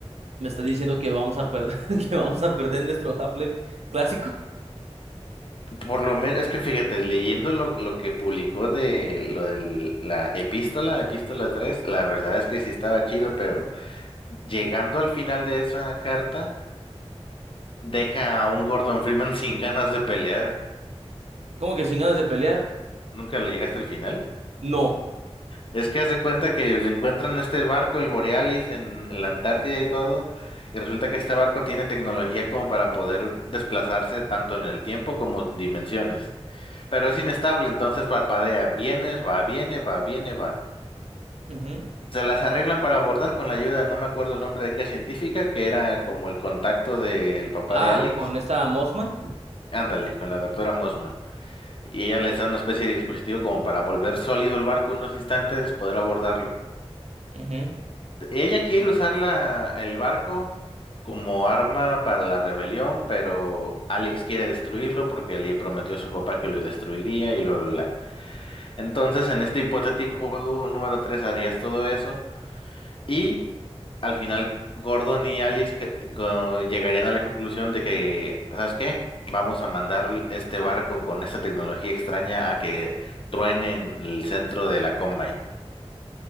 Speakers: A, on the right (about 75°); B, on the left (about 55°).
A: Le está diciendo que vamos a perder, <laughs> que vamos a perder nuestro Half-Life clásico.
B: Por lo menos, es que fíjate, leyendo lo, lo que publicó de lo de la epístola, epístola tres la verdad es que sí estaba chido, pero llegando al final de esa carta. deja a un Gordon Freeman <laughs> sin ganas de pelear.
A: ¿Cómo que sin ganas de pelear?
B: Nunca le llegaste al final.
A: No.
B: Es que hace cuenta que le encuentran este barco, el Borealis, en la Antártida y todo, y resulta que este barco tiene tecnología como para poder desplazarse tanto en el tiempo como en dimensiones. Pero es inestable, entonces parpadea, vienes, va, viene, va, viene, va.
A: Ujú.
B: Se las arreglan para abordar con la ayuda, no me acuerdo el nombre de qué científica, que era como el contacto del papá
A: Ah,
B: de Alex.
A: con esta Mossman.
B: Ándale, con la doctora Mossman. Y ella les da una especie de dispositivo como para volver sólido el barco unos instantes, poder abordarlo.
A: Ujú.
B: Ella quiere usar la- el barco como arma para la rebelión, pero Alex quiere destruirlo porque le prometió a su papá que lo destruiría y lo la. Entonces, en este hipotético juego número 3, harías todo eso, y al final Gordon y Alex que- co- llegarían a la conclusión de que, ¿sabes qué? Vamos a mandar este barco con esta tecnología extraña a que truene en el centro de la Combine.